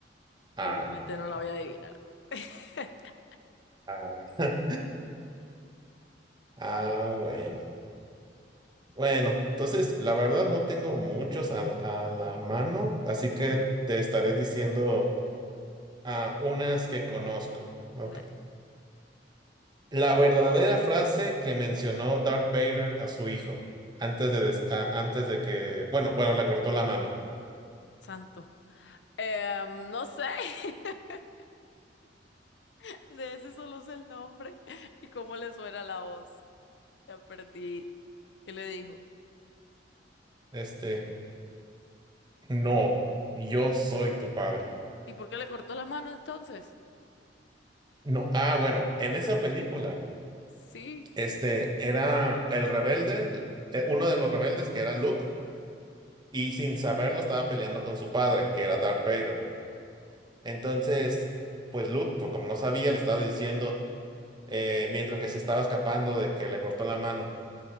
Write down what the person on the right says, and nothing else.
Ah,
ah, <laughs> ah, bueno. Bueno, entonces la verdad no tengo muchos a la, a la mano, así que te estaré diciendo a unas que conozco. Ok.
La verdadera frase que mencionó Darth Vader a su hijo antes de, des- a- antes de que, bueno, bueno, le cortó la mano.
Este, no, yo soy tu padre.
No, ah, bueno, en esa película,
este era el rebelde, eh, uno de los rebeldes que era Luke, y sin saberlo estaba peleando con su padre, que era Darth Vader. Entonces, pues Luke, pues como no sabía, le estaba diciendo, eh, mientras que se estaba escapando de que le cortó la mano,